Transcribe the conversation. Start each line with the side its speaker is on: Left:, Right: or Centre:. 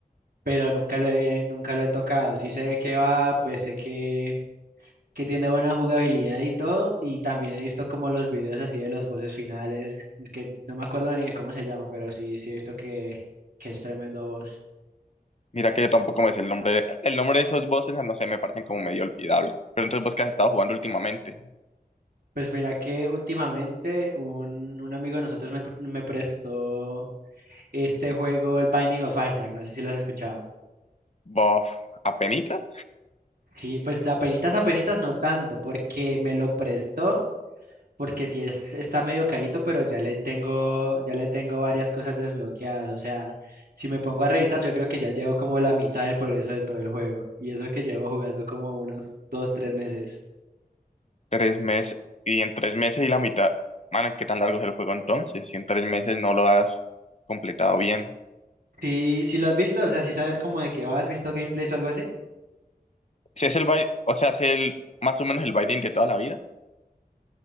Right: pero nunca lo he, nunca lo he tocado. Sí sé de qué va, pues sé que, que tiene buena jugabilidad y todo, y también he visto como los videos así de los voces finales, que no me acuerdo ni de cómo se llama, pero sí, sí he visto que, que es tremendo voz.
Left: Mira que yo tampoco me sé el nombre, de- el nombre de esos bosses, no sé, me parecen como medio olvidable. Pero entonces, ¿vos qué has estado jugando últimamente?
Right: Pues mira que últimamente un, un amigo de nosotros me, me prestó este juego, el Binding of Isaac, no sé si lo has escuchado.
Left: Bof, apenitas,
Right: Sí, pues apenitas, apenitas no tanto, porque me lo prestó, porque sí es, está medio carito, pero ya le tengo, ya le tengo varias cosas desbloqueadas. O sea, si me pongo a revisar, yo creo que ya llevo como la mitad del progreso de todo el juego. Y eso que llevo jugando como unos dos, tres meses.
Left: tres meses, y en tres meses y la mitad, man, ¿qué tan largo es el juego entonces? Si en tres meses no lo has completado bien.
Right: Sí, sí lo has visto, o sea, si sabes como de que has visto gameplays o algo así.
Left: Si es el baile, o sea, si es el, más o menos el binding de toda la vida.